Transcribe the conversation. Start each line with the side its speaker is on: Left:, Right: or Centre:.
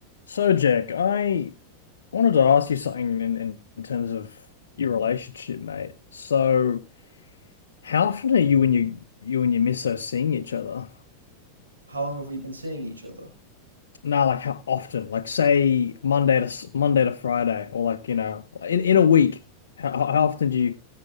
Left: So, Jack, I wanted to ask you something in, in, in terms of your relationship, mate. So, how often are you and you you and your misso seeing each other?
Right: How long have we been seeing each other?
Left: No, like how often? Like say Monday to s- Monday to Friday, or like you know, in, in a week. How, how often do you